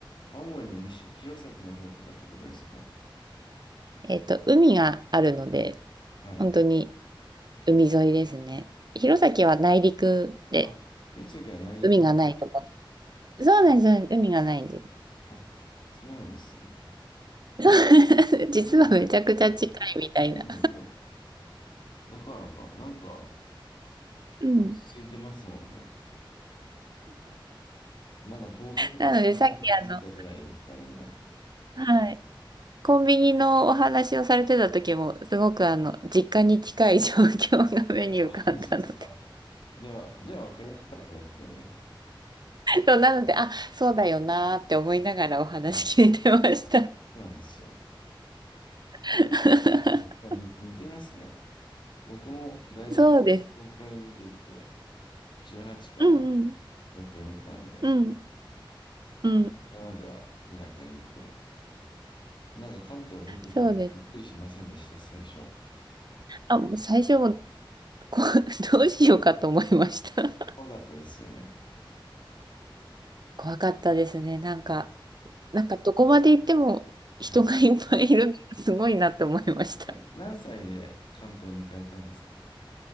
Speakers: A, on the left; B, on the right.
A: 青森の西、弘前の方とかってことですか
B: えっと、海があるので、
A: はい。
B: 本当に海沿いですね。弘前は内陸で
A: あ、弘前は内陸なの。
B: 海がないとこ。そうなんです、海がないんです。
A: あ、そうなんですね。
B: そう <laughs> 実はめちゃくちゃ近いみたいな。
A: えーそうなんだ。だからか、なんか
B: うん。
A: 落ち着いてますもんね。なんか遠くの方
B: なので、さっきあの、
A: に気づいたじゃないですか、みんな。
B: はい。コンビニのお話をされてた時も、すごくあの、実家に近い状況が目に浮かんだので。
A: 本当ですかじゃあ、じゃあ分かりやすかったですよね。
B: そうなので、あ、そうだよなーって思いながらお話聞いてました。
A: はい。そうなんですよ。
B: <laughs>
A: 似似てますね。僕も大学から東京に出てて、
B: そうです。
A: 18から
B: うんうん。
A: 東京にいたので、
B: うん。うん。
A: それまでは田舎にいて、なんか関東出てた時びっくりしませんでした、
B: そうです。
A: 最初。
B: あ、もう最初もこ、<laughs> どうしようかと思いました。<laughs>
A: 怖かったですよね。
B: 怖かったですね。なんか、
A: はい。
B: なんかどこまで行っても人がいっぱいいるのがすごいなと思いました。
A: はい。え、何歳で関東に行かれたんですか